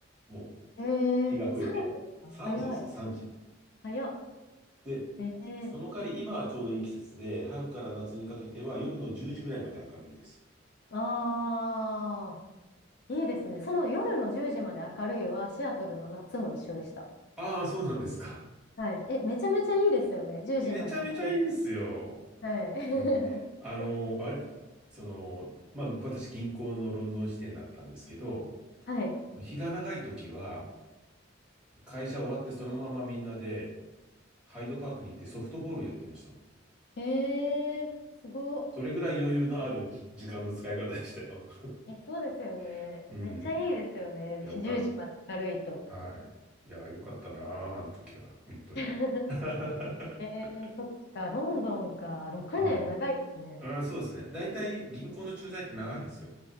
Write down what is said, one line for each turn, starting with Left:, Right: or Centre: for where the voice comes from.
Centre: もう、
Left: ん、えー、
Centre: 日が暮れて。
Left: 3度ですか早い。
Centre: 3時ですよ、3時。
Left: 早っ。
Centre: で、
Left: えー、
Centre: その代わり、今はちょうどいい季節で、春から夏にかけては夜の10時ぐらいまで明るいです。
Left: あー、いいですね。その夜の10時まで明るいは、シアトルの夏も一緒でした。
Centre: ああ、そうなんですか。
Left: はい。え、めちゃめちゃいいですよね。10時まで明るいと。
Centre: めちゃめちゃいいですよ。
Left: はい。
Centre: うん。
Left: <laughs>
Centre: あの、あれ、その、まあ、私、銀行のロンドン支店だったんですけど、
Left: はい。
Centre: 日が長い時は、会社終わってそのままみんなで、ハイドパークに行ってソフトボールやってましたもん
Left: えー、すごっ。
Centre: それぐらい余裕のあるじ時間の使い方でしたよ。
Left: え、そうですよね。
Centre: <laughs> うん。
Left: めっちゃいいですよね。
Centre: いや、
Left: 10時まで明るいと。
Centre: よかった。はい。いや、よかったなあ、あの時は。本当に。
Left: <laughs>
Centre: <laughs>
Left: えー、そっか、ロンドンか。6年長いですね。
Centre: はい。あー、そうですね。大体銀行の駐在って長いんですよ。